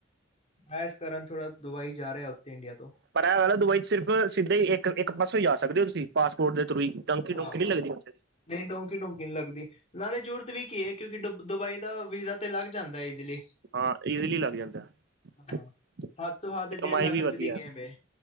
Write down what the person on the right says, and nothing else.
ਪਰ ਇਹ ਗਲ ਐ ਦੁਬਈ 'ਚ ਸਿਰਫ਼ ਸਿੱਧੇ ਈ ਇੱਕ ਇਕ ਪਾਸੋ ਹੀ ਜਾ ਸਕਦੇ ਹੋ ਤੁਸੀਂ ਪਾਸਪੋਰਟ ਦੇ ਥਰੂ ਈ। ਡੰਕੀ-ਡੂੰਕੀ
ਨੀ ਲੱਗਦੀ, ਉਥੇ?
ਹਾਂ ਈਜ਼ਲੀ ਲੱਗ ਜਾਂਦੈ,
ਤੇ
ਕਮਾਈ
ਵੀ
ਵਧੀਆ।